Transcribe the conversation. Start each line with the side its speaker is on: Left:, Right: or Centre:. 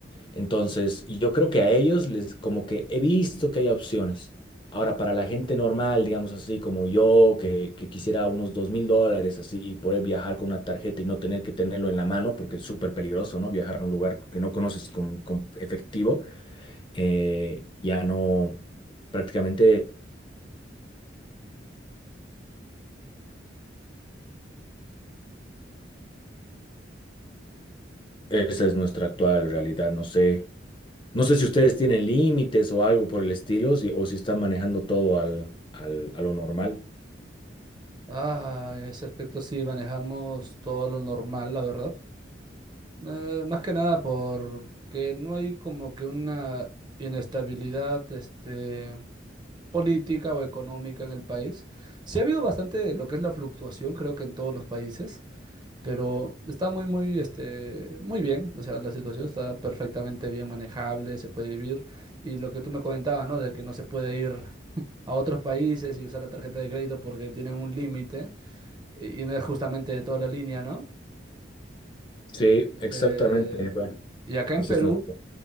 Left: Entonces, y yo creo que a ellos les como que he visto que hay opciones. Ahora, para la gente normal, digamos así, como yo, que, que quisiera unos dos mil dólares, así, poder viajar con una tarjeta y no tener que tenerlo en la mano, porque es súper peligroso, ¿no? Viajar a un lugar que no conoces con, con efectivo, eh, ya no, prácticamente esa es nuestra actual realidad. No sé, no sé si ustedes tienen límites o algo por el estilo, si- o si están manejando todo al, al- a lo normal.
Right: Ah, en ese aspecto sí manejamos todo lo normal, la verdad. Eh, más que nada porque no hay como que una inestabilidad, este, política o económica en el país. Sí ha habido bastante lo que es la fluctuación, creo que en todos los países, Pero está muy, muy, este, muy bien. O sea, la situación está perfectamente bien manejable, se puede vivir. Y lo que tú me comentabas, ¿no? De que no se puede ir <laughs> a otros países y usar la tarjeta de crédito porque tienen un límite y y no es justamente de toda la línea, ¿no?
Left: Sí, exactamente.
Right: Eh,
Left: Bueno.
Right: y acá en
Left: Ese
Right: Perú,
Left: es nuestro-